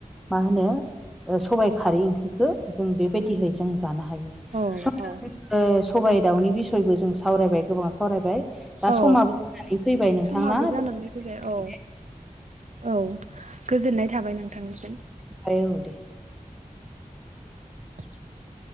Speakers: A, in the centre; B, on the right (about 60°).
A: मा होनो ओ सबाइ खारै ओंख्रिखो जों बेबायदिहै जों जानो हायो
B: औ
A: <unintelligible> सबाय दाउनि बिसयबो जों सावरायबाय गोबां सावरायबाय दा
B: औ
A: समाबो जानानै फैबाय नोंथांना
B: समाबो
A: <unintelligible>
B: जानानै फैबाय औ औ गोजोननाय थाबाय नोंथांनिसिम
A: दोनथ'बाय औ दे।
B: <unintelligible>